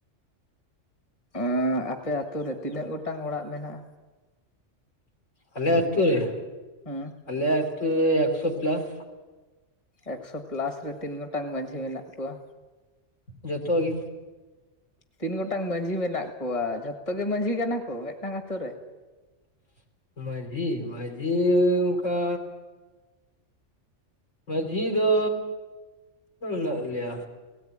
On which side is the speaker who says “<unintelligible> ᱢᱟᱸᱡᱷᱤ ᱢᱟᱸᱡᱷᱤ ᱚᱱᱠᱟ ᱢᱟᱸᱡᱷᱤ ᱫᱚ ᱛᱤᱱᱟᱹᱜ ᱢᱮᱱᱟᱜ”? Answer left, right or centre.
Left